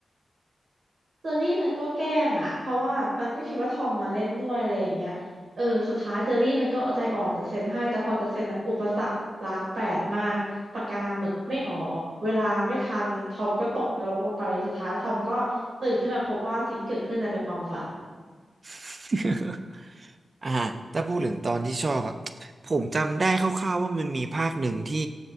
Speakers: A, on the right; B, on the right.
A: <laughs> เจอรี่มันก็แกล้งอ่ะเพราะว่ามันก็คิดว่าทอมมาเล่นด้วยอะไรอย่างเงี้ยเออสุดท้ายเจอรี่มันก็เอาใจอ่อนจะเซ็นให้แต่พอจะเซ็นอะอุปสรรคล้านแปดมากปากกาหมึกไม่ออกเวลาไม่ทันทอมก็ตกนรกลงไปสุดท้ายทอมก็ตื่นขึ้นมาพบว่าสิ่งที่เกิดขึ้นน่ะเป็นความฝัน
B: <laughs> อ่าถ้าพูดถึงตอนที่ชอบอ่ะผมจำได้คร่าวๆว่ามันมีภาคหนึ่งที่